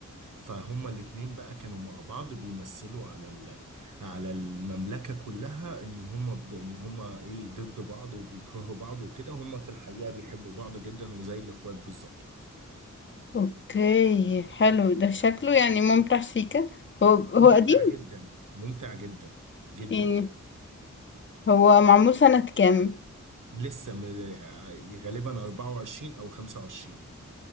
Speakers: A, on the right; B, on the left.
A: فهما الاتنين بقى كانوا مع بعض بيمثلوا على ال... على المملكة كلها ان هما ضد- ان هما ايه ضد بعض وبيكرهوا بعض وكده هما في الحقيقة بيحبوا بعض جدا وزي الاخوات بالظبط
B: اوكي حلو ده شكله يعني ممتع سيكا هو هو
A: ممتع
B: قديم
A: جدا ممتع جدا جدا
B: يعني هو معمول سنة كام؟
A: لسه م... غالبا 24 او 25